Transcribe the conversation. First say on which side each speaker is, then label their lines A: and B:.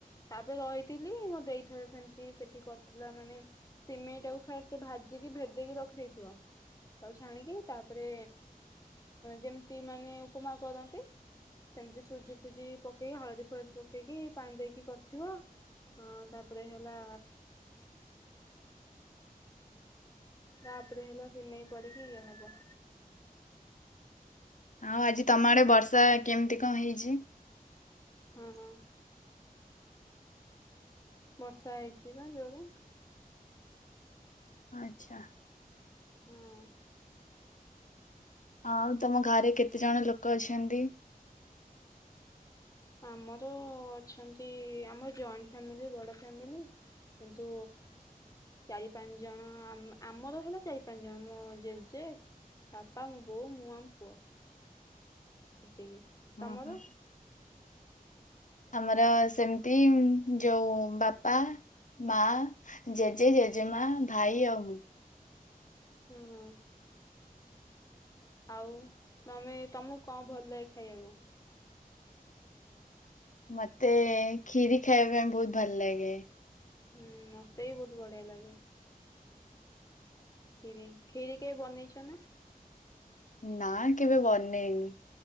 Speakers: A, on the left (about 20°); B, on the left (about 55°).
A: ତାପରେ ରହିଥିଲି ମୋ ଦେଈ ଥରେ ସେମିତି ସେଠି କର୍ ଥିଲା ମାନେ ସିମେଇଟାକୁ ଫାଷ୍ଟ୍ ଭାଜିକି ଭେଦେଇକି ରଖିଦେଇଥିବ। ତାକୁ ଛାଣିକି ତାପରେ ଯେମିତି ମାନେ ଉପମା କରନ୍ତି। ସେମିତି ସୁଜି ଫୁଜି ପକେଇ ହଳଦୀ ଫଳଦୀ ପକେଇକି ପାଣି ଦେଇକି କରିଥିବ। ହଁ ତାପରେ ହେଲା ତାପରେ ହେଲା ସିମେଇ ପଡିକି ଇଏ ହବ।
B: ଆଉ ଆଜି ତମ ଆଡେ ବର୍ଷା କେମିତି କଣ ହେଇଚି?
A: ହୁଁ ହୁଁ। ବର୍ଷା ହେଇଛି ପା ଜୋରରେ।
B: ଆଚ୍ଛା।
A: ହୁଁ।
B: ଆଉ ତମ ଘରେ କେତେ ଜଣ ଲୋକ ଅଛନ୍ତି?
A: ଆମର ଅଛନ୍ତି ଆମ ଜଏଣ୍ଟ ଫ୍ୟାମିଲି ବଡ ଫ୍ୟାମିଲି। କିନ୍ତୁ ଚାରି ପାଞ୍ଚ ଜଣ, ଆମ ଆମର ହେଲା ଚାରି ପାଞ୍ଚ ଜଣ ମୋ ଜେଜେ। ବାପା ମୋ ବୋଉ ମୁଁ ଆମ ପୁଅ ଏତିକି।
B: ହଁ
A: ତମର
B: ହଁ। ଆମର ସେମିତି ଯୋଉ ବାପା ମାଆ ଜେଜେ ଜେଜେମା ଭାଇ ଆଉ ମୁଁ।
A: ହୁଁହୁଁ। ଆଉ ତମେ ତମକୁ କଣ ଭଲ ଲାଗେ ଖାଇବାକୁ?
B: ମତେ କ୍ଷୀରି ଖାଇବା ପାଇଁ ବହୁତ ଭଲ ଲାଗେ।
A: ହୁଁଉ-ଉ ମତେ ବି ବହୁତ ବଢିଆ ଲାଗେ। କ୍ଷୀରି, କ୍ଷୀରି କେବେ ବନେଇଛ ନା?
B: ନା କେବେ ବନେଇନି,